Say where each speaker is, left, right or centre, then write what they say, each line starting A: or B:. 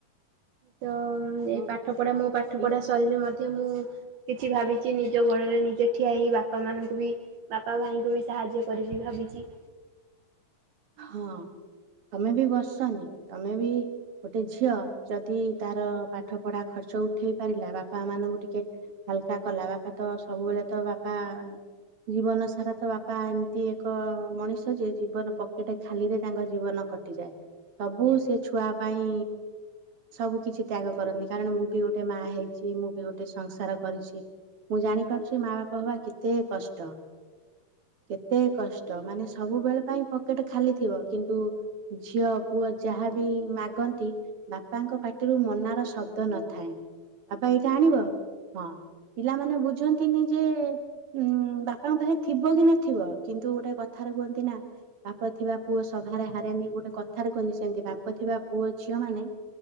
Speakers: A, on the right (about 70°); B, on the right (about 45°).
A: ତ ଉମ୍ ଏ
B: ହଁ
A: ପାଠ ପଢା ମୋ ପାଠ
B: ଦି
A: ପଢା ସରିଲେ ମଧ୍ୟ ମୁଁ କିଛି ଭାବି ଚି ନିଜ ଗୋଡ଼ରେ ନିଜେ ଠିଆ ହେଇ ବାପାମାନଙ୍କୁ ବି ବାପା ଭାଇଙ୍କୁ ବି ସାହାଯ୍ୟ କରିବି ଭାବିଚି।
B: ହଁ ତମେ ବି ବସନି ତମେ ବି ଗୋଟେ ଝିଅ। ଯଦି ତାର ପାଠ ପଢା ଖର୍ଚ୍ଚ ଉ ଉଠେଇ ପାରିଲା ବାପା ମାନଙ୍କୁ ଟିକେ ହାଲକା କଲା ବାପା ତ ସବୁବେଳେ ତ ବାପା ଜୀବନସାରା ତ ବାପା ଏମତି ଏକ ମଣିଷ ଯେ ଜୀବନ ପକ୍ କେଟେ ଖାଲିରେ ତାଙ୍କ ଜୀବନ କଟିଯାଏ।
A: ଆଜ୍ଞା
B: ସବୁ ସେ ଛୁଆ ପାଇଁ ସବୁ କିଛି ତ୍ୟାଗ କରନ୍ତି କାରଣ ମୁଁ ବି ଗୋଟେ ମା ହେଇଛି ମୁଁ ବି ଗୋଟ୍ ଟେ ସଂସାର କରିଛି ମୁଁ ଜାଣିପାରୁଛି ମା ବାପା ହବା କେତେ କଷ୍ଟ। କେତେ କଷ୍ଟ ମାନେ ସବୁବେଳେ ପାଇଁ ପକେଟ ଖାଲି ଥିବ କିନ୍ତୁ ଝିଅ ପୁଅ ଯାହାବି ମାଗନ୍ତି ବାପାଙ୍କ ପାଟିରୁ ମନାର ଶବ୍ଦ ନଥାଏ। ବାପା ଏଇଟା ଆଣିବ? ହଁ ପିଲାମାନେ ବୁଝନ୍ତିନି ଯେ ଏ ଉଁ ବାପାଙ୍କ ପାଖରେ ଥିବ କି ନଥିବ କିନ୍ତୁ ଗୋଟାଏ କଥାରେ କୁହନ୍ତି ନା ବାପ ଥିବା ପୁଅ ସଭାରେ ହାରେନି ଗୋଟେ କଥାରେ କୁହନ୍ତିି। ସେମିତି ବାପ ଥିବା ପୁଅ ଝିଅ ମାନେ